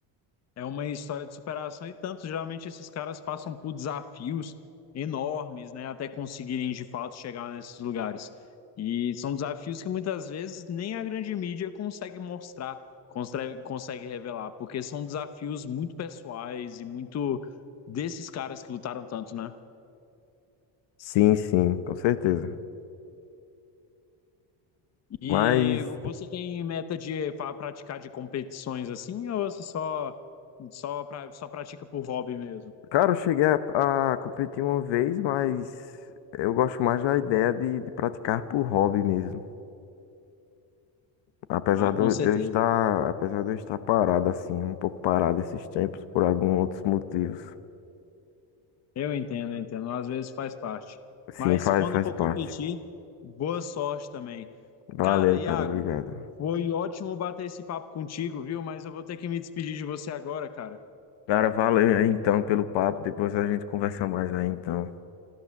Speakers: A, on the left; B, on the left.
A: É uma história de superação e tanto, geralmente esses caras passam por desafios enormes, né, até conseguirem de fato chegar nesses lugares. E são desafios que muitas vezes nem a grande mídia consegue mostrar, consegue, consegue revelar, porque são desafios muito pessoais e muito desses caras que lutaram tanto, né?
B: Sim, sim, com certeza.
A: E
B: Mas,
A: você tem meta de fa- praticar de competições assim, ou você só só, pra, só pratica por hobby mesmo?
B: cara, eu cheguei a, a competir uma vez, mas eu gosto mais da ideia de, de praticar por hobby mesmo. Apesar
A: Ah, com
B: de eu
A: certeza.
B: de eu estar, apesar de eu estar parado assim, um pouco parado esses tempos por alguns outros motivos.
A: Eu entendo, eu entendo. Às vezes faz parte.
B: Sim,
A: Mas
B: faz,
A: quando
B: faz
A: for
B: parte.
A: competir, boa sorte também.
B: Valeu,
A: Cara, Iago,
B: cara, obrigado.
A: foi ótimo bater esse papo contigo, viu? Mas eu vou ter que me despedir de você agora, cara.
B: Cara, valeu aí então pelo papo. Depois a gente conversa mais aí então.